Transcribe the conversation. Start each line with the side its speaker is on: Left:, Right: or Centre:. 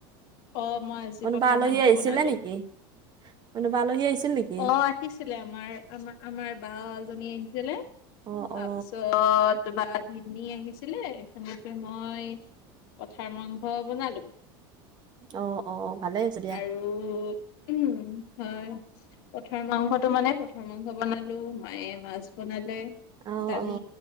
Left: অ' মই আজি
Right: কোনোবা
Left: পথাৰ
Right: আলহী
Left: মাংস
Right: আহিছিলে
Left: বনালো।
Right: নেকি কোনোবা আলহী আহিছিল নেকি
Left: অ' আহিছিলে আমাৰ আমাৰ আমাৰ বাল আহিছিলে
Right: অ
Left: তাৰপিছত
Right: অ
Left: কিবা ভনি আহিছিলে সনেকে মই পথাৰ মাংস বনালো।
Right: অ', অ', ভালেই আছ দিয়া।
Left: আৰু উম হয় পথাৰ মাংসটো মানে পঠাৰ মাংস বনালো মায়ে মাছ বনালে।
Right: অ
Left: দালি
Right: অ